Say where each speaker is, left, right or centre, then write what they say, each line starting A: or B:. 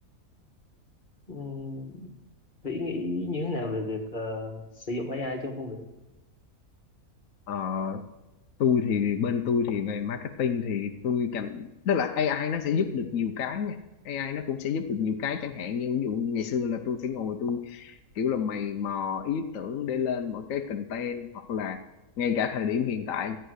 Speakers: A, on the left; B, on the left.
A: Ừm, Vĩ nghĩ như thế nào về việc ờ, sử dụng AI trong công việc?
B: Ờ, tôi thì bên tôi thì về marketing thì tôi cảm tức là AI nó sẽ giúp được nhiều cái nha AI nó cũng sẽ giúp được nhiều cái chẳng hạn như ví dụ ngày xưa là tôi phải ngồi tôi kiểu là mày mò ý tưởng để lên một cái content hoặc là ngay cả thời điểm hiện tại